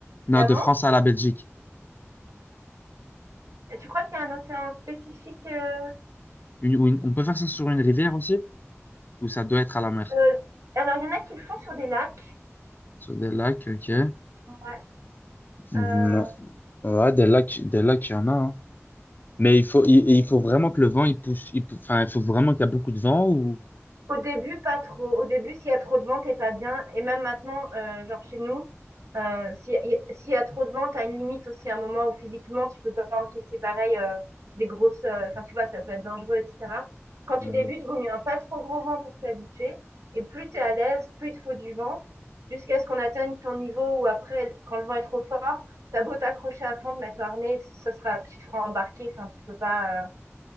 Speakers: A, on the left; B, on the right.
A: Non,
B: la
A: de
B: Manche,
A: France à la Belgique.
B: tu crois qu'il y a un océan spécifique euh,
A: Une, ou une- on peut faire ça sur une rivière aussi? ou ça doit être à la mer?
B: euh, Alors, il y en a qui le font sur des lacs.
A: Sur des lacs, ok.
B: Ouais.
A: Non.
B: Euh,
A: Ouais, des lacs, des lacs, il y en a. hein. Mais il faut, il, il faut vraiment que le vent, il pousse, il pou- enfin, il faut vraiment qu'il y a beaucoup de vent ou.
B: Au début, pas trop. Au début, s'il y a trop de ventes, t'es pas bien. Et même maintenant, euh, genre chez nous, euh, s'il y, a- s'il y a trop de ventes, t'as une limite aussi à un moment où physiquement, tu peux pas encaisser pareil euh, des grosses... euh, Enfin, tu vois, ça peut être dangereux, etc. Quand tu
A: Hmm,
B: débutes, vaut mieux un pas trop gros vent pour t'habituer. Et plus t'es à l'aise, plus il te faut du vent, jusqu'à ce qu'on atteigne ton niveau où après, quand le vent est trop fort, t'as beau t'accrocher à fond, te mettre au harnais, ça sera, tu te feras embarquer. Enfin, tu peux pas... euh,